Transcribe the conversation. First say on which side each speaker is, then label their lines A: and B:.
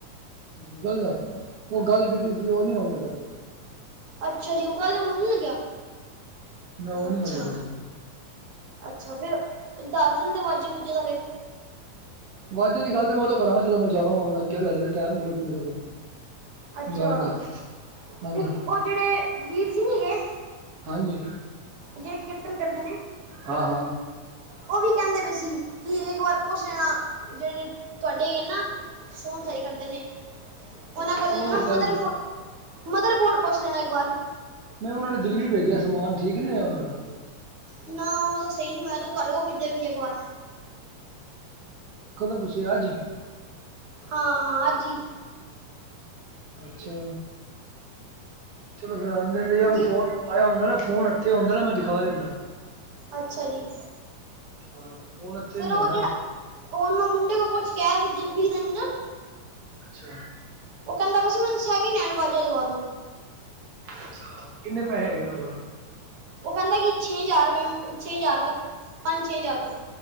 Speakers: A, on the right (about 80°); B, on the right (about 55°).
A: ਗੂਗਲ ਦਾ ਉਹ ਗੱਲ ਕੀਤੀ ਸੀ ਉਹ ਨੀ ਹੋਣ ਲੱਗਾ ਠੀਕ
B: ਅੱਛਾ ਜੀ ਊਗਲ ਹੋਣ ਨੀ ਲੱਗਿਆ
A: ਨਾ ਉਹ ਨਹੀਂ
B: ਅੱਛਾ
A: ਹੋਣ ਲੱਗਾ ਠੀਕ
B: ਅੱਛਾ ਫੇਰ, ਦੱਸ ਦਿਨਦੇ ਵਾਜੇ ਬੂਜੇ ਦਾ ਫੇਰ
A: ਵਾਜੇ ਤੀ ਗੱਲ ਤੇ ਮੈਂ ਉਦੋਂ ਕਰਾਂਗਾ ਜਦੋਂ ਮੈਂ ਜਾਵਗਾ। ਹੁਣ ਅੱਗੇ ਤੇ, ਹਜੇ ਤੇ ਟਾਈਮ ਕੋਈ ਨ ਮੇਰੇ ਕੋਲ।
B: ਅੱਛਾ
A: ਜਾਣ ਦਾ ਹਾਂਜੀ
B: ਤੇ ਉਹ ਜਿਹੜੇ ਵੀਰ ਜੀ ਨਹੀਂ ਹੈਗੇ
A: ਹਾਂਜੀ
B: ਜਿਹੜੇ ਕੀਰਤਨ ਕਰਦੇ ਨੇ
A: ਹਾਂ ਹਾਂ
B: ਉਹ ਵੀ ਕਹਿੰਦੇ ਪਏ ਸੀ ਕਿ ਇੱਕ ਵਾਰ ਪੁੱਛ ਲੈਣਾ। ਜਿਹੜੇ ਤੁਹਾਡੇ ਹੀ ਹੈ ਨਾ ਫੋਨ ਸਹੀ ਕਰਦੇ ਨੇ। ਉਹਨਾਂ
A: ਅੱਛਾ,
B: ਕੋਲ
A: ਉਹ
B: ਨਾ
A: ਗੱਲ
B: ਮਦਰ
A: ਕੀਤੀ
B: ਮੋ ਮਦਰ ਬੋਰਡ ਪੁੱਛ ਲੈਣਾ ਇੱਕ ਵਾਰ।
A: ਮੈਂ ਉਹਨਾਂ ਨੇ ਦਿੱਲੀ ਭੇਜਿਆ ਸਮਾਨ, ਠੀਕ ਨਹੀਂ ਹੋਇਆ ਉਹਨਾਂ ਦਾ?
B: ਨਾ ਉਹਨਾਂ ਦਾ ਸਹੀ ਨੀ ਹੋਇਆ ਤੂੰ ਤੁਹਾਡੇ ਕੋਲ ਪੁੱਛਦੇ ਪਏ ਸੀ ਇੱਕ ਵਾਰ।
A: ਕਦੋਂ ਪੁੱਛਿਆ, ਅੱਜ?
B: ਹਾਂ ਹਾਂ ਅੱਜ ਹੀ।
A: ਅੱਛਾ ਚਲੋ ਫੇਰ ਆਂਦੇ
B: ਹਾਂਜੀ
A: ਫੋਨ ਪਾਇਆ ਹੁੰਦਾ ਨਾ, ਫੋਨ ਇੱਥੇ ਹੁੰਦਾ ਨਾ, ਮੈਂ ਦਿਖਾ ਦੇਂਦਾ।
B: ਅੱਛਾ ਜੀ।
A: ਹਾਂ ਫੋਨ ਹੱਥੇ
B: ਫੇਰ
A: ਨੀ
B: ਉਹ
A: ਆ ਨਾ
B: ਜਿਹੜਾ, ਉਹਨੂੰ ਮੁੰਡੇ ਕੋਲ ਪੁੱਛ ਕੇ ਆਇਆ ਸੀ, ਜਿਹਨੂੰ ਬਿਖਦਾ ਨੀ ਨਾ।
A: ਅੱਛਾ
B: ਉਹ ਕਹਿੰਦਾ ਪਯਾ ਸੀ ਮੈਨੂੰ ਸੈਕਿੰਡ ਹੈਂਡ ਵਾਜਾ ਦਵਾ ਦੋ।
A: ਅੱਛਾ ਕਿੰਨੇ ਪੈਸੇ ਹੈਗੇ ਉਹਨਾਂ ਕੋਲ?
B: ਉਹ ਕਹਿੰਦਾ ਕਿ ਛੇ ਹਜ਼ਾਰ ਏ ਛੇ ਹਜ਼ਾਰ ਤੱਕ ਪੰਜ ਛੇ ਹਜ਼ਾਰ ਤੱਕ